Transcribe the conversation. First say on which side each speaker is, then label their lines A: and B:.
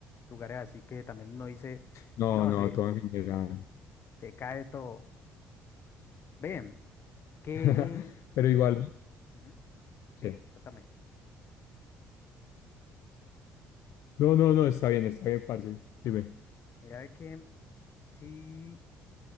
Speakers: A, on the left (about 50°); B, on the left (about 60°).
A: lugares así que también no dice,
B: No,
A: no,
B: no,
A: se,
B: todo en general.
A: se cae todo. Bien. Que,
B: <laughs> Pero igual,
A: ujú,
B: sí.
A: sí, es- contame.
B: No, no, no, está bien, está bien, parce. Dime.
A: Mira, ve que sí